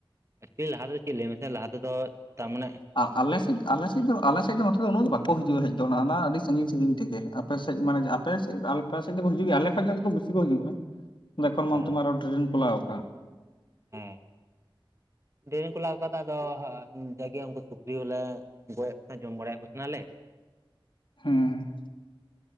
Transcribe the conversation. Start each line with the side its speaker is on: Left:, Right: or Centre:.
Right: ᱮᱠᱪᱩᱭᱮᱞᱤ ᱞᱟᱦᱟ ᱛᱮᱫ ᱪᱮᱫ ᱞᱟᱹᱭ ᱢᱮᱥᱮ ᱞᱟᱦᱟ ᱛᱮᱫᱚ ᱛᱟᱨᱢᱟᱱᱮ
Left: ᱟᱨ ᱟᱞᱮ ᱥᱮᱫ ᱟᱞᱮ ᱥᱮᱫ ᱫᱚ ᱟᱞᱮ ᱥᱮᱫ ᱫᱚ ᱱᱚᱛᱮ ᱫᱚ ᱩᱱᱟᱹᱜ ᱫᱚ ᱵᱟᱠᱚ ᱦᱤᱡᱩᱜᱼᱟ ᱦᱮᱡ ᱫᱚ ᱚᱱᱟ ᱟᱹᱰᱤ ᱥᱟᱹᱜᱤᱧ ᱥᱟᱹᱜᱤᱧ ᱛᱮᱜᱮ ᱾ ᱟᱯᱮ ᱥᱮᱫ ᱢᱟᱱᱮ ᱟᱯᱮ ᱥᱮᱫ ᱟᱯᱮ ᱥᱮᱫ ᱫᱚᱠᱚ ᱦᱤᱡᱩᱜ ᱜᱮᱭᱟ ᱟᱞᱮ ᱠᱷᱚᱡ ᱫᱚ ᱵᱮᱥᱤ ᱠᱚ ᱦᱤᱡᱩᱜᱼᱟ ᱾ ᱟᱫᱚ ᱮᱠᱷᱚᱱ ᱢᱟ
Right: ᱦᱮᱸ
Left: ᱚᱱᱛᱮ ᱢᱟ ᱟᱨ ᱦᱚᱸ ᱰᱨᱮᱱ ᱠᱚ ᱞᱟᱣ ᱟᱠᱟ ᱾
Right: ᱦᱮᱸ, ᱰᱨᱮᱱ ᱠᱚ ᱞᱟᱣ ᱟᱠᱟᱫᱟ ᱟᱫᱚ ᱡᱟᱜᱮ ᱩᱱᱠᱩ ᱥᱩᱠᱨᱤ ᱦᱚᱸᱞᱮ ᱜᱚᱡᱮᱫ ᱠᱚ ᱛᱟᱦᱮ ᱡᱚᱢ ᱵᱟᱲᱟᱭᱮᱫ ᱠᱚ ᱛᱟᱦᱮᱱᱟᱞᱮ ᱾
Left: ᱦᱩᱸ ᱾